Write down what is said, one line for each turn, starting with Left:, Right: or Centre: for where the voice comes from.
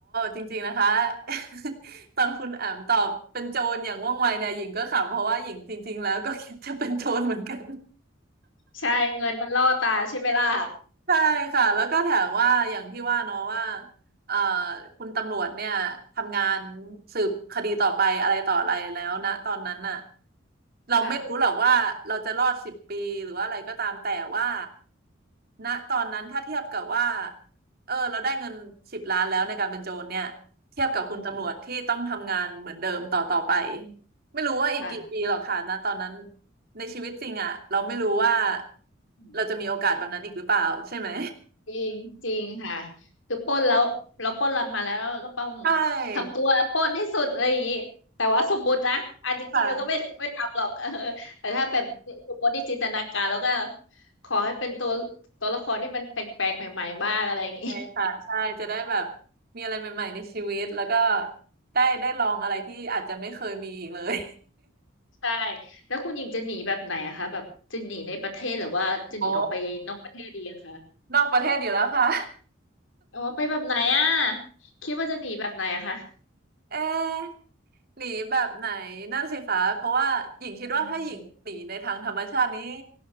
Right: จริงๆนะคะ <laughs> ตอนคุณอามตอบเป็นโจรอย่างว่องไวเนี่ยหญิงก็ขำเพราะว่าหญิงจริงๆแล้วก็คิดจะเป็นโจรเหมือนกัน
Left: ใช่เงินมันล่อตาใช่ไหมล่ะ
Right: ใช่ค่ะแล้วก็แถมว่าอย่างที่ว่าเนาะว่าเอ่อคุณตำรวจเนี่ยทำงานสืบคดีต่อไปอะไรต่ออะไรแล้วนะตอนนั้นน่ะเราไม่รู้หรอกว่าเราจะรอดสิบปีหรือว่าอะไรก็ตามแต่ว่า
Left: ค่ะ
Right: ณตอนนั้นถ้าเทียบกับว่าเออเราได้เงินสิบล้านแล้วในการเป็นโจรเนี่ยเทียบกับคุณตำรวจที่ต้องทำงานเหมือนเดิมต่อต่อไป
Left: อืม
Right: ไม่รู้ว่าอีกกี่ปีหรอกค่ะนะตอนนั้น
Left: ค่ะ
Right: ในชีวิตจริงอ่ะเราไม่รู้ว่า
Left: อืม
Right: เราจะมีโอกาสแบบนั้นอีกหรือเปล่าใช่ไหม
Left: จริงจริงค่ะคือปล้นแล้วเราปล้นเรามาแล้วเราก็ต้อง
Right: <laughs> ใช่
Left: ทำตัวปล้นให้สุดอะไรอย่างนี้แต่ว่าสมมุตินะอันจริงๆเราก็ไม่ไม่ทำหรอก
Right: ค่ะ
Left: <laughs> เออแต่ถ้าแบบสมมติที่จินตนาการแล้วก็ขอให้เป็นตัวตัวละครที่มันแปลกๆใหม่ๆบ้างอะไรอย่างนี้
Right: ใช่ค่ะใช่จะได้แบบมีอะไรใหม่ๆในชีวิตแล้วก็ได้ได้ลองอะไรที่อาจจะไม่เคยมีอีกเลย
Left: <laughs> ใช่แล้วคุณหญิงจะหนีแบบไหนอะคะแบบจะหนีในประเทศหรือว่าจะหนีออกไปนอกประเทศดีอะคะ
Right: <laughs> โอ้นอกประเทศอยู่แล้วค่ะ
Left: โอ้ไปแบบไหนอ่ะคิดว่าจะหนีแบบไหนอะคะ
Right: เอ๊ะหนีแบบไหนนั่นสิคะเพราะว่าหญิงคิดว่าถ้าหญิงหนีในทางธรรมชาตินี้
Left: อืม